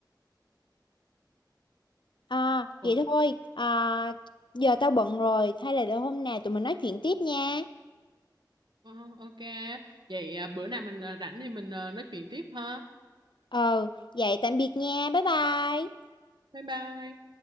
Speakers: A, on the left; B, on the right.
A: à
B: Ồ,
A: vậy thôi à, giờ tao bận rồi hay là để hôm nào tụi mình nói chuyện tiếp nha
B: ờ, ok. Vậy à, bữa nào mình à, rảnh thì mình à, nói chuyện tiếp ha.
A: ờ vậy tạm biệt nha bye bye
B: Bye bye.